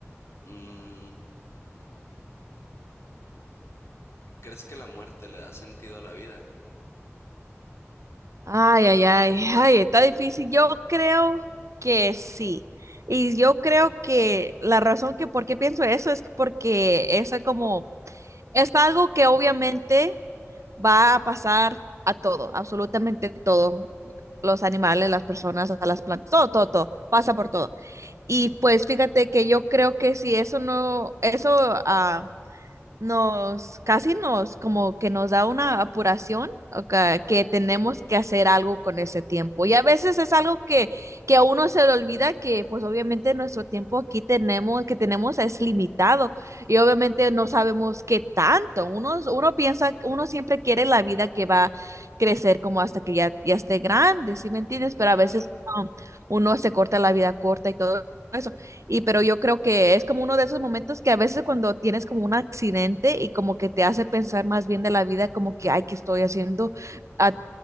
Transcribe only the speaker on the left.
mm, ¿crees que la muerte le da sentido a la vida?
Claro.